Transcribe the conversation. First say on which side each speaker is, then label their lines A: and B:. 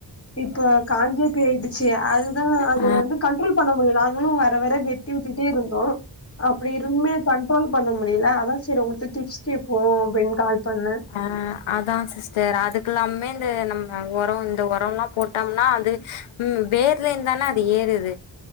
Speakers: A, on the left; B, on the left.
A: இப்ப காஞ்சே பேய்டுச்சு அதுதா அது
B: ஆ
A: வந்து கண்ட்ரோல் பண்ண முடில நாங்களு வர வர வெட்டி உட்டுட்டே இருந்தோ அப்டி இருந்துமே அது கண்ட் கன்ட்ரோல் பண்ண முடில அதா சேரி உங்கள்ட்ட டிப்ஸ் கேப்போ அப்டின்னு கால் பண்ண
B: ஆ அதா சிஸ்டர் அதுக்கெல்லாமுமே இந்த நம்ம ஒரோ இந்த ஒரம்லா போட்டோம்னா அது ம் வேர்லேந்து தான அது ஏறுது